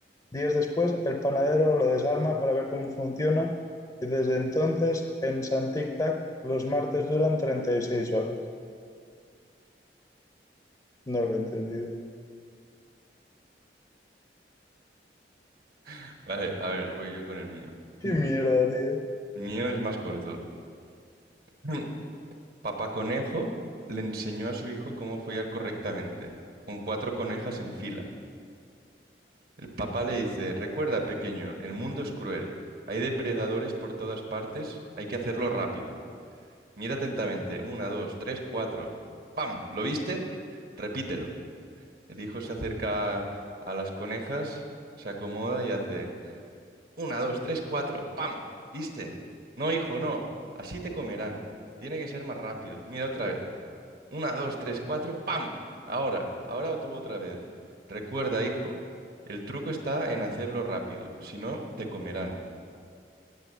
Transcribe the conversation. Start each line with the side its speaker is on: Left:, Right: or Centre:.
Left: Días después, el panadero lo desarma para ver cómo funciona y desde entonces en San Tic Tac los martes duran 36 horas. No lo he entendido.
Right: <laughs> Vale, a ver, voy yo con el mío.
Left: ¡Qué
Right: El
Left: mierda, tío!
Right: mío es más corto. <clears throat> Papá Conejo le enseñó a su hijo cómo follar correctamente, con cuatro conejas en fila. El papá le dice, recuerda, pequeño, el mundo es cruel. Hay depredadores por todas partes, hay que hacerlo rápido. Mira atentamente. Una, dos, tres, cuatro. ¡Pam! ¿Lo viste? Repítelo. El hijo se acerca a las conejas, se acomoda y hace una, dos, tres, cuatro. ¡Pam! ¿Viste? No, hijo, no. Así te comerán. Tiene que ser más rápido. Mira otra vez. Una, dos, tres, cuatro. ¡Pam! Ahora, ahora tú otra vez. Recuerda, hijo, el truco está en hacerlo rápido. Si no, te comerán.